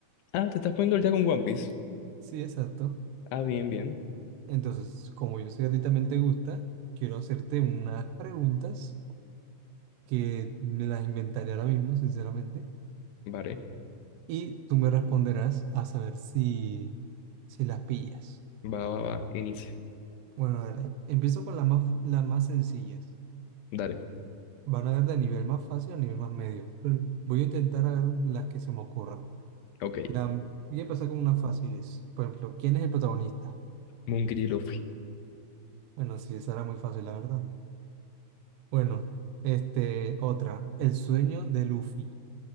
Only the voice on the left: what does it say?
Ah, te estás poniendo el día con One Piece.
Ah, bien, bien.
Vale.
Va, va, va. Inicia.
Dale.
Ok.
Monkey D. Luffy.